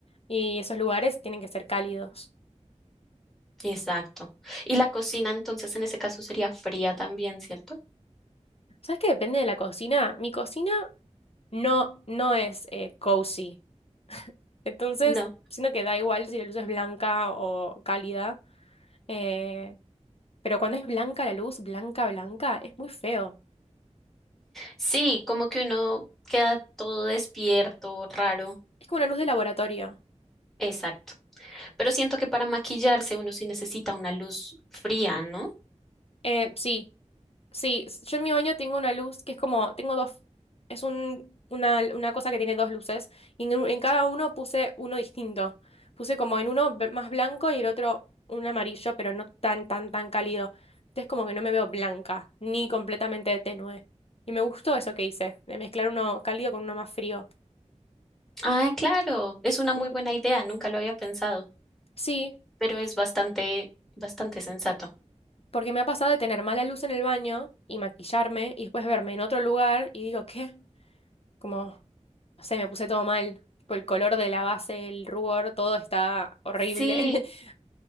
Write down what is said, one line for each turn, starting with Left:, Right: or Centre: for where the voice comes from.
Left: y esos lugares tienen que ser cálidos.
Centre: Exacto. Y la cocina entonces en ese caso sería fría también, ¿cierto?
Left: ¿Sabes qué depende de la cocina? Mi cocina no, no es eh, cozy. Entonces,
Centre: No.
Left: siento que da igual si la luz es blanca o cálida. eh, pero cuando es blanca la luz, blanca, blanca, es muy feo.
Centre: Sí, como que uno queda todo despierto, raro.
Left: Es como una luz de laboratorio.
Centre: Exacto. Pero siento que para maquillarse uno sí necesita una luz fría, ¿no?
Left: Eh, sí. Sí, s- yo en mi baño tengo una luz que es como, tengo dos, es un, una, una cosa que tiene dos luces y en, en cada uno puse uno distinto. Puse como en uno b- más blanco y el otro un amarillo, pero no tan, tan, tan cálido. Entonces como que no me veo blanca, ni completamente tenue. Y me gustó eso que hice, de mezclar uno cálido con uno más frío.
Centre: Ah, claro, es una muy
Left: Mm,
Centre: buena idea, nunca lo había pensado,
Left: Sí,
Centre: pero es bastante, bastante sensato.
Left: porque me ha pasado de tener mala luz en el baño y maquillarme y después verme en otro lugar y digo, ¿qué? Como, no sé, me puse todo mal. Tipo, el color de la base, el rubor, todo está horrible.
Centre: Sí,
Left: <laughs>